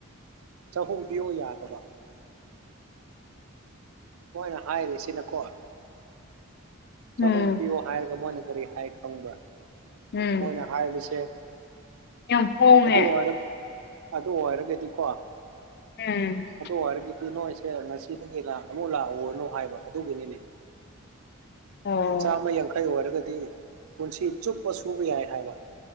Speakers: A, on the right; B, on the left.
A: ꯆꯍꯨꯝ ꯄꯤꯌꯨ ꯌꯥꯗꯕ ꯃꯣꯏꯅ ꯍꯥꯏꯔꯤꯁꯤꯅꯀꯣ
B: ꯎꯝ
A: ꯆꯥꯛꯍꯨꯝ ꯄꯤꯌꯣ ꯍꯥꯏꯔꯒ ꯃꯣꯏꯅ ꯀꯔꯤ ꯍꯥꯏ ꯈꯪꯕ꯭ꯔꯥ
B: ꯎꯝ
A: ꯃꯣꯏꯅ ꯍꯥꯏꯕꯁꯦ
B: ꯌꯥꯝ ꯍꯣꯡꯉꯦ
A: ꯑꯗꯨ ꯑꯣꯏ ꯑꯗꯨ ꯑꯣꯏꯔꯒꯗꯤꯀꯣ
B: ꯎꯝ
A: ꯑꯗꯨ ꯑꯣꯏꯔꯒꯗꯤ ꯅꯣꯏꯁꯦ ꯉꯁꯤꯗꯒꯤ ꯂ ꯑꯃꯨꯛ ꯂꯥꯛꯎꯔꯅꯨ ꯍꯥꯏꯕ ꯑꯗꯨꯒꯤꯅꯤꯅꯦ
B: ꯑꯣ
A: ꯆꯥꯝꯃ ꯌꯥꯡꯈꯩ ꯑꯣꯏꯔꯒꯗꯤ ꯄꯨꯟꯁꯤ ꯆꯨꯞꯄ ꯁꯨꯕ ꯌꯥꯏ ꯍꯥꯏꯕ